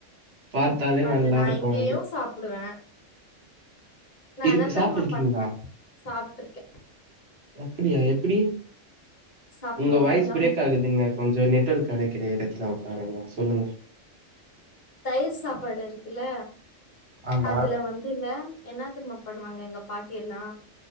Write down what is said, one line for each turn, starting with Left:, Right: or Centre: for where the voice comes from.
Right: பாத்தாலே
Left: அது
Right: நல்லா
Left: நா
Right: இருக்கு
Left: இங்கேயு
Right: அது
Left: சாப்புடுவே நா
Right: இருக்கு
Left: என்ன தெருமா
Right: சாப்ட்டு இருக்கீங்களா
Left: பண்ணுவே சாப்ட்டுருக்கே
Right: அப்டியா எப்டி
Left: சாப்டுவாங்க
Right: உங்க வாய்ஸ்
Left: எங்க
Right: பிரேக்
Left: அம்
Right: ஆகுதுங்க கொஞ்ச நெட்ஒர்க் கடைக்கிற எடத்துல உக்காருங்க சொல்லுங்க
Left: தயிர் சாப்பாடு இருக்குல்ல
Right: ஆமா
Left: அதுல வந்துல என்ன தெரியுமா பண்ணுவாங்க எங்க பாட்டி எல்லா